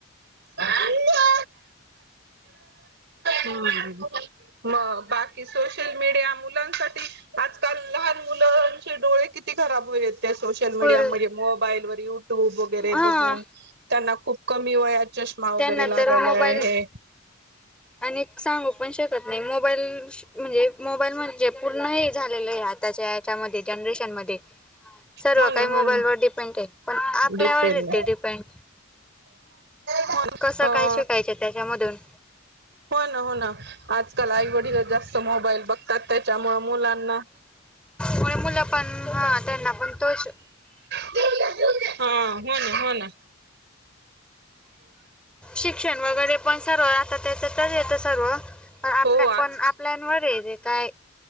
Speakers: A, on the right; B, in the centre.
A: <unintelligible> हम्म, मग बाकी सोशल मीडिया मुलांसाठी आजकाल लहान मुलंचे डोळे किती खराब होलेत. सोशल मीडिया
B: कुल
A: मधे मोबाईल वर युट्यूब वगैरे
B: हा
A: बघून त्यांना खूप कमी वयात चष्मा वगैरे
B: त्यांना
A: लागायला
B: तर मोबाईल
A: हे
B: आणि एक सांगू पण शकत नाही मोबाईल म्हणजे मोबाईल म्हणजे पूर्ण हे झालेलय आ त्ताच्या याच्यामध्ये जनरेशन मध्ये. सर्व
A: हो
B: काही
A: ना
B: मोबाईलवर
A: हो ना
B: डिपेंड आहे पण आपल्यावर
A: डिपेंड
B: येते डिपेंड
A: हो
B: कसं
A: अ
B: काय शिकायचं त्याच्यामधून.
A: हो ना हो ना आजकाल आईवडीलच जास्त मोबाईल बघ तात त्याच्यामुळं मुलांना
B: मुळे मुलं पण हा त्यांना पण तोच
A: हा, हो ना हो ना.
B: शिक्षण वगैरे पण सर्व आता त्याच्यातच येत सर्व, पण आपल्या
A: हो
B: पण
A: आज
B: आपल्यांनवर रे काय